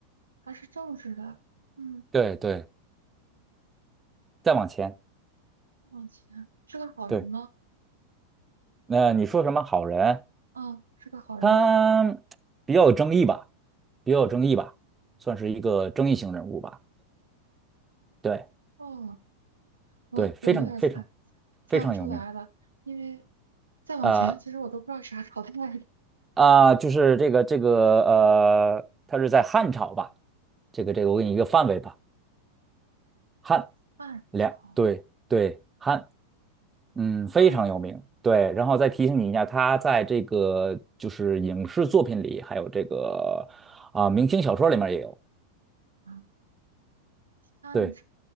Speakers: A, on the right; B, on the right.
A: 他是政治的，嗯，
B: 对对，再往前。
A: 往前是个好人吗？
B: 对，那你说什么好人？
A: 嗯，是个好人吗？
B: 他比较有争议吧，比较有争议吧，算是一个争议性人物吧。对
A: 哦，我我有点儿猜
B: 对，非常非常
A: 猜不出来了，
B: 非常有名。
A: 因为再往前，
B: 呃
A: 其实我都不知道啥朝代的。
B: 啊，就是这个这个呃，他是在汉朝吧？这个这个，我给你一个范围吧，汉
A: 汉朝，
B: 两对对汉。嗯，非常有名。
A: 汉朝
B: 对，然后再提醒你一下，他在这个就是影视作品里，还有这个啊、明清小说里面也有。
A: 啊，汉朝
B: 对